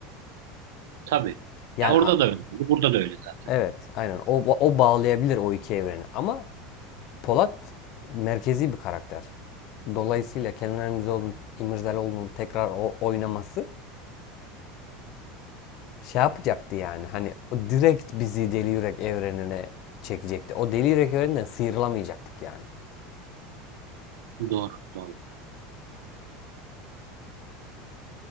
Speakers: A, on the right (about 85°); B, on the left (about 50°).
A: tabii.
B: Yani
A: Ya orada
B: a-
A: da öyle. Burada da öyle zaten.
B: evet aynen o, o bağlayabilir o iki evreni ama Polat merkezi bir karakter. Dolayısıyla Kenan İmirzalıoğlu'nun İmirzalıoğlu'nun tekrar o oynaması şey yapacaktı yani. Hani o direkt bizi Deli Yürek evrenine çekecekti. O Deli Yürek evreninden sıyrılamayacaktık yani.
A: Doğru, doğru.